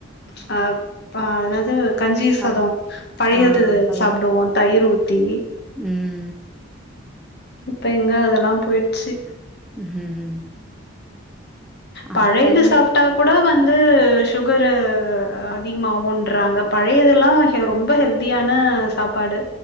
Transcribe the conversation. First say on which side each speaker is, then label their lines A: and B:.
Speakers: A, on the left; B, in the centre.
A: ப என்னாது கஞ்சி சாதோண
B: பல
A: பழையது
B: ஆ பல
A: சாப்டுவோ தயிர் ஊத்தி
B: ம்
A: இப்ப எங்க அதெல்லா போயிற்ச்சி
B: ம் ம் அந்த
A: பழையது
B: டைம்ல
A: சாப்ட்டா கூட வந்து சுகரு அதிகமாவுன்றாங்க பழையதெல்லா ரொம்ப ஹெல்தியான சாப்பாடு